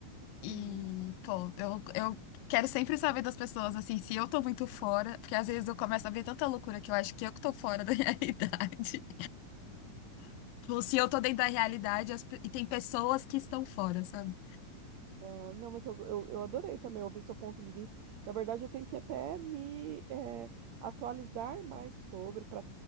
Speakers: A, on the right (about 70°); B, on the left (about 80°).
A: Sim.
B: e, pô, eu, eu quero sempre saber das pessoas, assim, se eu tô muito fora, porque às vezes eu começo a ver tanta loucura que eu acho que eu que tô fora da <laughs> realidade. Ou se eu tô dentro da realidade as pe- e tem pessoas que estão fora, sabe?
A: Ah, não, mas eu, eu, eu adorei também ouvir seu ponto de vista. Na verdade, eu tenho que até me eh, atualizar mais sobre para